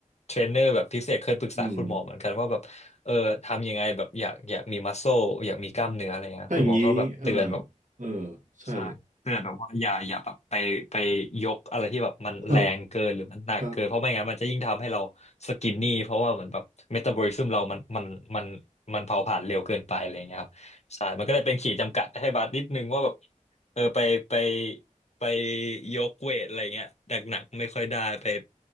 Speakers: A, on the left (about 55°); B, on the right (about 70°).
A: เทรนเนอร์แบบพิเศษเคยปรึกษาคุณหมอเหมือนกันว่าแบบเออทำยังไงแบบอยากอยากมีมัสโซอยากมีกล้ามเนื้ออะไรเงี้ยคุณหมอก็แบบเตือนแบบ
B: อืม ถ้าอย่างนี้อ่าเออใช่
A: ใช่เตือนแบบว่าอย่าอย่าแบบไปไปยกอะไรที่แบบมันแรงเกินหรือมันหนักเกินเพราะไม่งั้นมันจะยิ่งทำให้เราสกินนี่เพราะว่าเหมือนแบบเมตาบอลิซึมเรามันมันมัน
B: เออครับ
A: มันเผาผลาญเร็วเกินไปอะไรอย่างเงี้ยครับใช่มันก็เลยเป็นขีดจำกัดให้บาสนิดนึงว่าแบบเออไปไปไปยกเวทอะไรเงี้ยหนักหนักไม่ค่อยได้ไป